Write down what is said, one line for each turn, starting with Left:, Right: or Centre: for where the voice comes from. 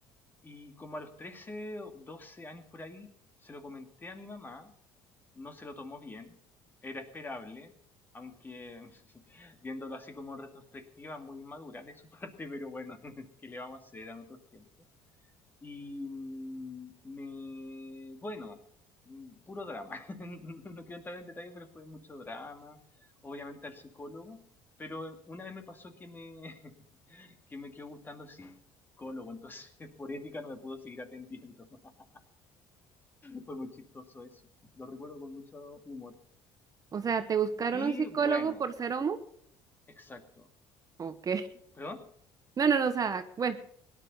Left: Y como a los 13 o 12 años por ahí, se lo comenté a mi mamá, no se lo tomó bien, era esperable, aunque <laughs> viéndolo así como en retrospectiva, muy inmadura de su <laughs> parte, pero bueno, <laughs> ¿qué le vamos a hacer en otros tiempos? Y mm, me, bueno, mm, puro drama. <laughs> No, no quiero entrar en detalle, pero fue mucho drama. Obviamente al psicólogo, pero una vez me pasó que me, <laughs> que me quedó gustando el psicólogo, entonces <laughs> por ética no me pudo seguir atendiendo. <laughs> Fue muy chistoso eso. <laughs> Lo recuerdo con mucho humor.
Right: O sea, ¿te buscaron
Left: Y
Right: un psicólogo
Left: bueno,
Right: por ser homo?
Left: exacto.
Right: Ok.
Left: ¿Perdón?
Right: No, no, no, o sea, bueno,